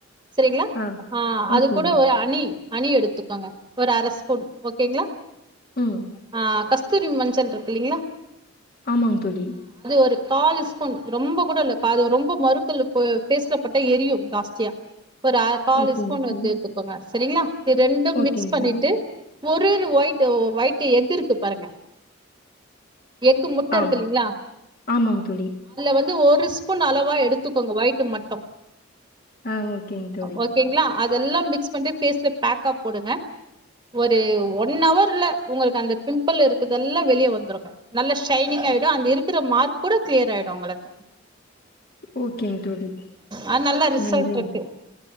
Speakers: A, on the right (about 25°); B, on the left (about 50°).
A: செரிங்களா
B: ஆ
A: ஆஹ்
B: ஓகேங்க.
A: அது கூட ஒரு அணி அணி எடுத்துக்கோங்க ஒரு அரை ஸ்பூன் ஓகேங்களா
B: ம்.
A: ஆஹ் கஸ் கஸ்தூரி மஞ்சள் இருக்கு இல்லீங்களா
B: ஆமாங்க தோழி
A: ஒரு கால் ஸ்பூன் ரொம்ப கூட இல்ல அது ரொம்ப மறுக்கள் பேஸ்ல பட்ட எரியும் ஜாஸ்தியா ஒரு அ காலு
B: ஓகேங்க
A: ஸ்பூன்
B: தோழி.
A: வத்து எடுத்துக்கோங்க செரிங்களா இது ரெண்டும்
B: ஓகேங்க
A: மிக்ஸ் பண்ணிட்டு
B: தோழி.
A: ஒரே ஒரு ஒயி்ட் ஒயிட்டு் எஃகு இருக்கு பாருங்க எஃகு முட்ட
B: ஆ
A: இருக்குங்கலைங்களா
B: ஆமாங்க தோழி
A: வந்து ஒரு ஸ்பூன் அளவு வா எடுத்துக்கோங்க ஒயிட் மட்டும்
B: ஆ ஓகேங் தோழி
A: ஓகேங்களா அதெல்லா மிக்ஸ் பண்ணிட்டு ஃபேஸ்ல பேக்கா போடுங்க ஒரு ஒன் அவர்ல உங்களுக்கு அந்த பிம்பிள் இருக்குறதுல்லா வெளியே வந்துருங்க நல்லா ஷைனிங்க்காயிடூ அந்த இருக் க்ற மார்க் கூட க்ளியர் ஆயிடூ உங்களுக்கு
B: ஓகேங் தோழி
A: ஆ நல்ல ரிசல்ட்
B: நன்றிங்
A: இருக்கு
B: தோழி